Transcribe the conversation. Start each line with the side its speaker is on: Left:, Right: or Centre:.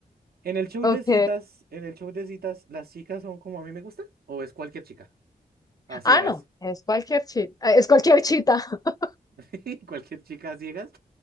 Right: En el show
Left: Ok.
Right: de citas, en el show de citas, ¿las chicas son como a mí me gusta? ¿O es cualquier chica? A ciegas.
Left: Ah, no, es cualquier chita, es cualquier chita, <laughs>
Right: <laughs> ¿Cualquier chica a ciegas?